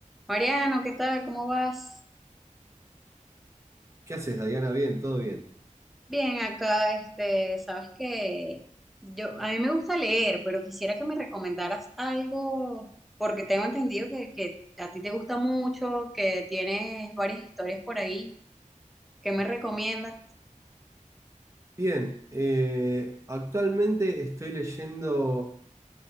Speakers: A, in the centre; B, on the right (about 20°).
A: Mariano, ¿qué tal? ¿Cómo vas?
B: ¿Qué haces, Dayana? Bien, todo bien.
A: Bien, acá, este, sabes que yo, a mí me gusta leer, pero quisiera que me recomendaras algo, porque tengo entendido que, que a ti te gusta mucho, que tienes varias historias por ahí. ¿Qué me recomiendas?
B: Bien, eh, actualmente estoy leyendo